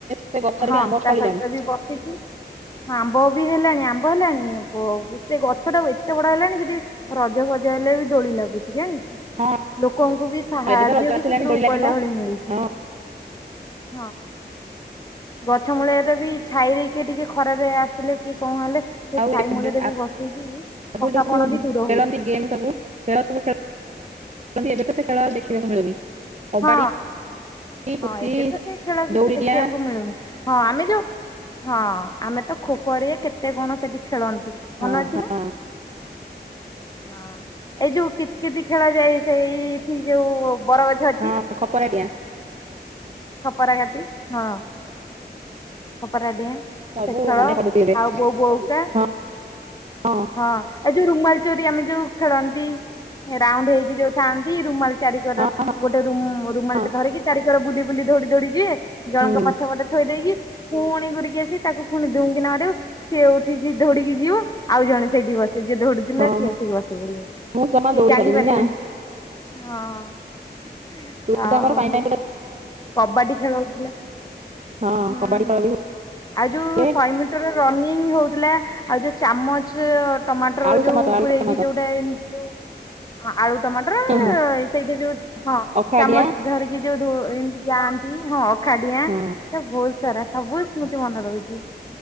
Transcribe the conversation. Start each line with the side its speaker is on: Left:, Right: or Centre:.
Right: ସେ ଗଛରେ
Left: ହଁ
Right: ବି ଆମ୍ବ
Left: ତା
Right: ଫଳିଲାଣି
Left: ସହିତ ବି ବସିକି ହଁ ଆମ୍ବ ବି ହେଲାଣି ଆମ୍ବ ହେଲାଣି ପ ସେ ଗଛ ଟା ଏତେ ବଡ ହେଲାଣି ସେଠି ରଜ ଫଜ ହେଲେ ବି ଦୋଳି ଲାଗୁଛି ଜାଣିଚୁ
Right: ହଁ
Left: ଲୋକଙ୍କୁ ବି ସାହାଯ୍ୟ
Right: ଏବେ ତ ରଜ ଆସିଲାଣି
Left: ବି ସେ ରୁ
Right: ଦୋଳି ଲାଗିବ
Left: କଇଲା ଭଳିଆ ମିଳୁଚି
Right: ହଁ
Left: ହଁ। ଗଛ ମୂଳଆରେ ବି ଛାଇ ଦେଇକି ଟିକେ ଖରାରେ ଆସିଲେ କି କଣ ହେଲେ ସେ
Right: ଆଉ
Left: ଛାଇ
Right: ଏବେ
Left: ମୂଳରେ ବି ବସିକି
Right: ଆଗରୁ
Left: ଥକାପଣ
Right: ଯୋଉ ସବୁ
Left: ବି ଦୂର
Right: ଖେଳନ୍ତି
Left: ହଉଛି
Right: ଗେମ୍ ସବୁ ଖେଳ ସବୁ ଖେ ଏବେ ତ ସେ ଖଳା ଆଉ ଦେଖିବାକୁ ମିଳୁନି। କବାଡି
Left: ହଁ
Right: ପୁଚି
Left: ହଁ ଏବେ ତ ସେଇ ଖେଳ କିଛି
Right: ଦୌଡି
Left: ଦେଖିବାକୁ
Right: ଡିଆଁ
Left: ମିଳୁନି। ହଁ ଆମେ ଯୋଉ ହଁ ଆମେ ତ ଖୋଖୋ ହେରିକା କେତେ କଣ ସେଠି ଖେଳନ୍ତି।
Right: ହଁ
Left: ମନ ଅଛି
Right: ହଁ
Left: ନା? ହଁ ଏଇ ଯୋଉ କିତ୍ କିତି ଖେଳ ଯାଏ ସେଇଠି ଯୋଉ ବରଗଛ ଅ
Right: ହଁ ଖପର ଡିଆଁ
Left: ଖପରା କାତି ହଁ ଖପରା ଡିଆଁ।
Right: ସବୁ
Left: ଶେଖଳ
Right: ମନେ ପଡୁଛି ଏବେ
Left: ଆଉ ବୋଉ ବଉକା।
Right: ହଁ ହଁ।
Left: ହଁ ଆଉ ଯୋଉ ରୁମାଲ ଚୋରି ଆମେ ଯୋଉ ଖେଳନ୍ତି ରାଉଣ୍ଡ ହେଇକି ଯୋଉ ଥାଆନ୍ତି ରୁମାଲ ଚାରିକର
Right: ହଁ
Left: ଗୋଟେ ରୁମ ରୁମାଲ
Right: ହଁ
Left: ଟେ ଧରିକି ଚାରିିକର ବୁଲି ବୁଲି ଦଉଡି ଦଉଡି ଯିଏ ଜଣଙ୍କ
Right: ହୁଁ
Left: ପଛ ପଟେ ଥୋଇ ଦେଇକି ପୁଣି ଘୁରିକି ଆସିିକି ତାକୁ ପୁଣି ଦୁମ୍ଙ୍କିନା ବାଡେଇବ ସିଏ ଉଠିକି ଧୌଡିକି ଯିବ ଆଉ ଜଣେ ସେଠି ବସିବ ଯିଏ ଦୌଡୁଥିଲା
Right: ହଁ
Left: ସିଏ ଆସିକି ବସି ପଡିବ
Right: ମୁଁ ଜମା
Left: କେହି
Right: ଦୌଡି
Left: ଜାଣି
Right: ପାରିନି
Left: ପାରିବେନି।
Right: ନା
Left: ହଁ।
Right: ତୁ
Left: ଆଉ
Right: ତ ଆମର ପାଇଁ ପାଇଁଁତୁ ଟା
Left: କବାଡି ଖେଳଥିଲା
Right: ହଁ
Left: ହୁଁ
Right: କବାଡି
Left: ହୁଁ
Right: ଖେଳ ବି
Left: ଆଉ ଯୋଉ
Right: ହୁଏ
Left: ଶହେ ମି ଟିର ରନିଙ୍ଗ ହଉଥିଲା ଆଉ ଯୋଉ ଚାମଚ ଟମାଟର
Right: ଆଳୁ ଚାମଚ
Left: ଯୋଉ
Right: ଆଳୁ
Left: ପୂରେଇକି
Right: ଚାମଚ
Left: ଯୋଉଟା ଏମତି ଯୋଉ ହଁ ଆଳୁ ଟମାଟର
Right: ହଁ ହଁ
Left: ସେଇଠି ଯୋଉ ହଁ
Right: ଅଖାଡିଆ
Left: ଚାମଚ ଧରିକି ଯୋଉ ଧୋ ଏମତି ଯାଆନ୍ତି ହଁ ଅଖାଡିଆଁ।
Right: ହଁ
Left: ଏ ବୋହୁତ ସାରା ସବୁ ସ୍ମୃତି ମନେ ରହୁଚି।